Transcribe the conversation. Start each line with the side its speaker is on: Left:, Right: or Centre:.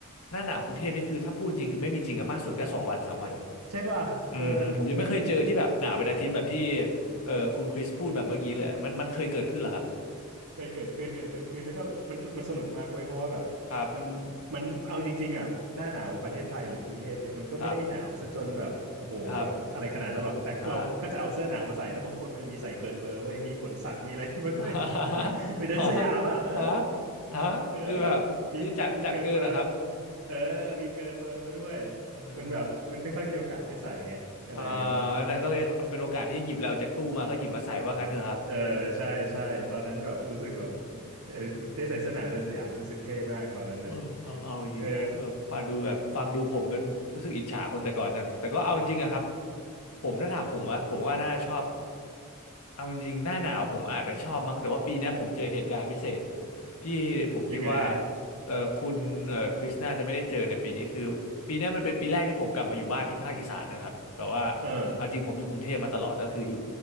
Left: หน้าหนาวกรุงเทพนี่คือถ้าพูดจริงคือไม่มีจริงอะมากสุดแค่สองวันสามวัน
Right: เดอะใช่ป่ะเออ
Left: อืมอืมผมยังไม่เคยเจอที่แบบหนาวเป็นอาทิตย์แบบที่เออคุณคริสพูดแบบเมื่อกี้เลยอะมันมันเคยเกิดขึ้นเหรอครับ
Right: เคยเกิดขึ้นเคยเกิดขึ้นแล้วก็มันมันสนุกมากเว้ยเพราะว่าแบบ
Left: โอ้โหครับ
Right: มันมันเอาจริงๆอ่ะหน้าหนาวประเทศไทยหรือกรุงเทพเนี่ยมันก็ไม่ได้หนาวซะจนแบบโอ้โหแบบอะไรขนาดนั้นหรอกแต่เราก็จะเอาเสื้อหนาวมาใส่แล้วบางคนมันจะมีใส่เกินเบอร์เว้ยมีขนสัตว์มีอะไรมาด้วย
Left: ครับครับ <laughs> อ่า <laughs> ฮะ
Right: <laughs> ไปไปเดินสยามอ่ะเออ
Left: ฮะฮะคือแบบคือจัดจัดเกินนะครับ
Right: เออมีมีเกินเบอร์เออมีเกินเบอร์มาด้วย
Left: เออ
Right: มันแบบมันไม่ค่อยมีโอกาสได้ใส่ไงอะไรอย่างนั้นอ่ะ
Left: อ่านั่นก็เลยเป็นโอกาสที่หยิบแล้วจากตู้มาก็หยิบมาใส่ว่างั้นเถอะครับ <laughs>
Right: เออใช่ใช่ตอนนั้นแบบรู้สึกแบบเออคือเต้ใส่เสื้อหนาวเดินสยามนี่รู้สึกเท่มากตอนนั้นนะ
Left: เออเอาเอาจริงนะเออฟังดูแบบฟังดูผมเป็นรู้สึกอิจฉาคนแต่ก่อนจังแต่ก็เอาจริงอะครับ
Right: เออ
Left: ผมถ้าถามผมอะผมว่าน่าชอบเอาจริงหน้าหนาวผมอาจจะชอบมั้งแต่ว่าปีเนี้ยผมเจอเหตุการณ์พิเศษที่ผมคิดว่า
Right: ยังไงฮะ
Left: เออคุณเออคริสน่าจะไม่ได้เจอในปีนี้คือปีเนี้ยมันเป็นปีแรกที่ผมกลับมาอยู่บ้านที่ภาคอีสานนะครับแต่ว่า
Right: เออ
Left: เอาจริงผมอยู่กรุงเทพมาตลอดก็คืออยู่